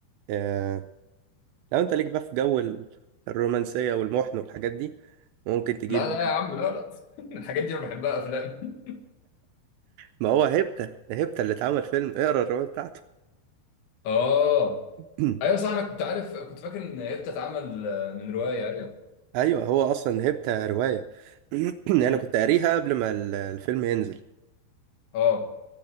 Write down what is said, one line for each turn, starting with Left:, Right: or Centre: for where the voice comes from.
Right: آه لو أنت ليك بقى في جو ال- الرومانسية والمحن والحاجات دي ممكن تجيب
Left: لا لا يا عم لا لا <laughs> الحاجات دي أنا بحبها أفلام
Right: ما هو هيبتا ده هيبتا اللي اتعمل فيلم اقرا الرواية بتاعته
Left: أه
Right: <clears throat>
Left: ايوه صح انا كنت عارف كنت فاكر ان هي بتتعمل من روايه ايوه
Right: أيوه هو أصلا هيبتا رواية <clears throat> أنا
Left: امم
Right: كنت قاريها قبل ما ال- الفيلم ينزل
Left: اه